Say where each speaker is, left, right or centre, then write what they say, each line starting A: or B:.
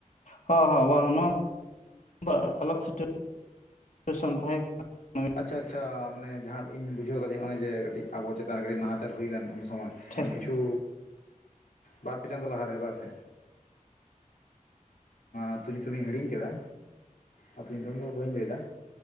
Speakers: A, on the left; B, on the left.
A: ᱦᱚᱸ ᱦᱚᱸ ᱵᱟᱝ ᱱᱚᱣᱟ <inaudible> ᱥᱮᱴᱮᱨ ᱛᱟᱦᱮᱸ ᱠᱟᱱᱟ
B: ᱟᱪᱪᱷᱟ ᱟᱪᱪᱷᱟ ᱢᱮ ᱡᱟᱦᱟᱸᱴ ᱤᱧ ᱵᱩᱡᱷᱟᱹᱣᱫᱤᱟ ᱚᱱᱮᱴ ᱟᱵᱚ ᱪᱮᱛᱟᱱᱴ ᱱᱟᱦᱟᱟᱨ ᱦᱩᱭ ᱞᱮᱱ ᱩᱱ ᱥᱚᱢᱚᱭ
A: ᱴᱷᱤᱠ
B: ᱠᱤᱪᱷᱩ ᱵᱟᱨ ᱯᱮ ᱪᱟᱸᱫᱚᱳ ᱞᱟᱦᱟᱮ ᱵᱟᱝ ᱥᱮ ᱟᱹᱛᱩ ᱧᱩᱛᱩᱢᱤᱧ ᱦᱤᱲᱤᱧ ᱠᱮᱫᱟ ᱟᱹᱛᱩᱳ ᱧᱩᱛᱩᱢ ᱫᱚ ᱵᱟᱹᱧ ᱞᱟᱹᱭᱫᱟ᱾